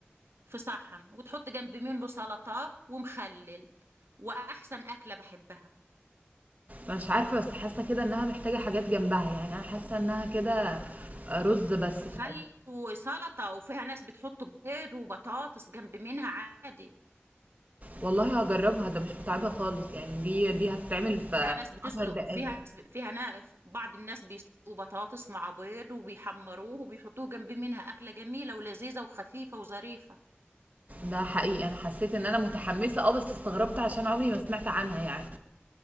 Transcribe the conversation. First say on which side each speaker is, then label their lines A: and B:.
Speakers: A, on the right; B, on the right.
A: في صحن وتحط جنب منه سلطة ومخلل وأحسن أكلة بحبها
B: مش عارفه بس حاسه كده انها محتاجه حاجات جنبها يعني انا حاسه انها كده آه، رز بس
A: مخلل
B: تقريبا.
A: وسلطة وفيها ناس بتحط بيض وبطاطس جنب منها عادي
B: والله هجربها ده مش متعبه خالص يعني دي دي هتتعمل في
A: فيها ناس بتسلق
B: عشر دقايق
A: فيها ناس فيها نا... بعض الناس بيسلقوا بطاطس مع بيض وبيحمروه وبيحطوه جنب منها أكلة جميلة ولذيذة وخفيفة وظريفة
B: ده حقيقي انا حسيت ان انا متحمسه اه بس استغربت عشان عمري ما سمعت عنها يعني